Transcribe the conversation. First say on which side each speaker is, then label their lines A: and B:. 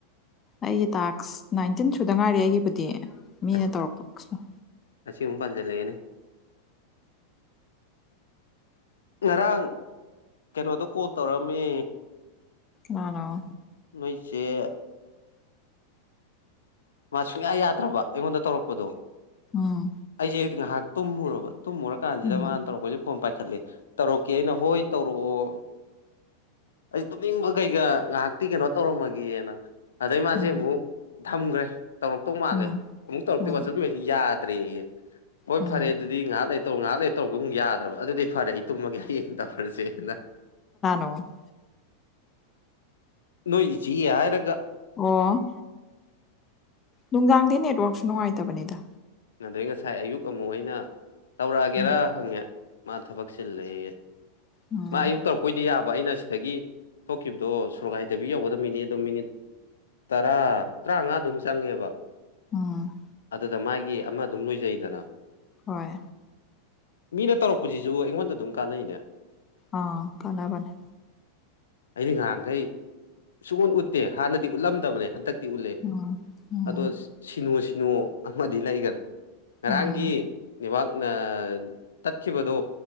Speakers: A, on the left; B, on the left.
A: ꯑꯩꯒꯤ ꯇꯥꯛꯁ ꯅꯥꯏꯟꯇꯤꯟ ꯁꯨꯗ ꯉꯥꯏꯔꯤ ꯑꯩꯒꯤꯕꯨꯗꯤ ꯃꯤꯅ
B: ꯑꯁ
A: ꯇꯧꯔꯛꯄ
B: ꯑꯁꯤ ꯃꯨꯛ ꯄꯟꯖꯟꯂꯛꯑꯦꯅꯦ ꯉꯔꯥꯡ ꯀꯩꯅꯣꯗꯣ ꯀꯣꯜ ꯇꯧꯔꯛꯑꯝꯃꯤ
A: ꯀꯅꯥꯅꯣ
B: ꯅꯣꯏꯆꯦ ꯃꯥ ꯁꯨꯡꯌꯥ ꯌꯥꯗ꯭ꯔꯥꯕ ꯑꯩꯉꯣꯟꯗ ꯇꯧꯔꯛꯄꯗꯣ
A: ꯎꯝ
B: ꯑꯩꯁꯦ ꯉꯥꯍꯥꯛ ꯇꯨꯝꯃꯨꯔꯕ ꯇꯨꯝꯃꯨꯔ ꯀꯥꯟꯁꯤꯗ
A: ꯎꯝ
B: ꯃꯥꯅ ꯇꯧꯔꯛꯄꯁꯤ ꯐꯣꯟ ꯄꯥꯏꯈꯠꯂꯦ ꯇꯧꯔꯛꯀꯦ ꯑꯩꯅ ꯍꯣꯏ ꯇꯧꯔꯛꯑꯣ ꯑꯩꯁ ꯇꯨꯅꯤꯡꯕ ꯀꯩꯒ ꯉꯥꯏꯍꯥꯛꯇꯤ ꯀꯩꯅꯣ ꯇꯧꯔꯝꯃꯒꯦꯅ ꯑꯗꯩ ꯃꯥꯁꯦ
A: ꯎꯝ
B: ꯑꯃꯨꯛ ꯊꯝꯈ꯭ꯔꯦ ꯇꯧꯔꯛꯇꯧ ꯃꯥꯜꯂꯦ
A: ꯎꯝ
B: ꯑꯃꯨꯛ ꯇꯧꯔꯛꯇꯦ
A: ꯎꯝ
B: ꯋꯥꯠ ꯆꯞꯁꯨ ꯌꯥꯗ꯭ꯔꯦꯌꯦ ꯍꯣꯏ
A: ꯎꯝ
B: ꯐꯔꯦ ꯑꯗꯨꯗꯤ ꯑꯗꯨꯗꯤ ꯉꯥꯏꯍꯥꯛ ꯂꯩꯇꯧ ꯉꯥꯏꯍꯥꯛ ꯂꯩꯇꯧꯕ ꯑꯗꯨꯝ ꯌꯥꯗ꯭ꯔꯕ ꯑꯗꯨꯗꯤ ꯐꯔꯦ ꯑꯩ ꯇꯨꯝꯃꯒꯦ ꯍꯌꯦꯡ ꯇꯧꯔꯁꯦꯅ
A: ꯑꯣ
B: ꯅꯣꯏ ꯏꯆꯦ ꯍꯥꯏꯔꯒ
A: ꯑꯣ ꯅꯨꯡꯗꯥꯡꯗꯤ ꯅꯦꯠꯋꯥꯔꯛꯁꯨ ꯅꯨꯡꯉꯥꯏꯇꯕꯅꯤꯗ
B: ꯉꯗꯩ ꯉꯁꯥꯏ ꯑꯌꯨꯛ ꯑꯃꯨꯛ ꯑꯩꯅ ꯇꯧꯔꯛꯑꯒꯦꯔ
A: ꯎꯝ
B: ꯍꯪꯉꯦ ꯃꯥ ꯊꯕꯛꯁꯤ ꯂꯦꯔꯦ
A: ꯎꯝ
B: ꯃꯥ ꯑꯌꯨꯛ ꯇꯧꯔꯛꯄꯣꯏꯗꯤ ꯌꯥꯕ ꯑꯩꯅ ꯁꯤꯗꯒꯤ ꯊꯣꯛꯈꯤꯕꯗꯣ ꯁꯣꯔꯣꯒꯥꯏꯗꯕꯤ ꯌꯧꯒꯗꯕ ꯃꯤꯅꯤ ꯑꯗꯣ ꯃꯤꯅꯤꯠ ꯇꯔꯥ ꯇꯔꯥꯃꯉꯥ ꯑꯗꯨꯝ ꯆꯪꯉꯦꯕ
A: ꯑꯣ
B: ꯑꯗꯨꯗ ꯃꯥꯒꯤ ꯑꯃ ꯑꯗꯨꯝ ꯂꯣꯏꯖꯩꯗꯅ
A: ꯍꯣꯏ
B: ꯃꯤꯅ ꯇꯧꯔꯛꯄꯁꯤꯁꯨ ꯑꯩꯉꯣꯟꯗ ꯑꯗꯨꯝ ꯀꯥꯟꯅꯩꯅꯦ
A: ꯑ ꯀꯅꯥ ꯕꯅꯦ
B: ꯑꯩꯗꯤ ꯉꯍꯥꯡꯈꯩ ꯁꯨꯡꯒꯣꯟ ꯎꯠꯇꯦ ꯍꯥꯟꯅꯗꯤ ꯎꯠꯂꯝꯗꯕꯅꯦ ꯍꯟꯗꯛ ꯇꯤ ꯎꯠꯂꯦ
A: ꯎꯝ ꯎꯝ
B: ꯑꯗꯣ ꯁꯤꯅꯣ ꯁꯤꯅꯣ ꯑꯃꯗꯤ ꯂꯩꯈꯔꯦ ꯉꯔꯥꯡꯒꯤ
A: ꯎꯝ
B: ꯅꯦꯠꯋꯥꯛꯅ ꯇꯠꯈꯤꯕꯗꯣ